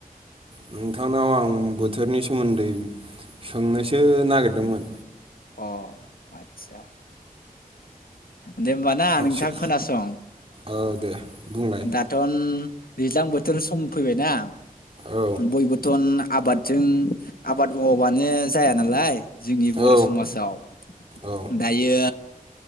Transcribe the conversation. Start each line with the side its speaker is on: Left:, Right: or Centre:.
Right: नोंथांनाव आं बोथोरनि सोमोन्दै सोंनोसो नागिरदोंमोन।
Left: अह आदसा। दे होमबा ना नोंथां
Right: सो-
Left: खोनासं
Right: औ दे बुंलाय
Left: दाथ'। दैज्लां बोथोर सम फैबायना
Right: औ
Left: बयबोथ' ना आबादजों आबाद मावाबानो जाया नालाय जोंनि बर'
Right: औ
Left: समाजाव
Right: औ
Left: दायो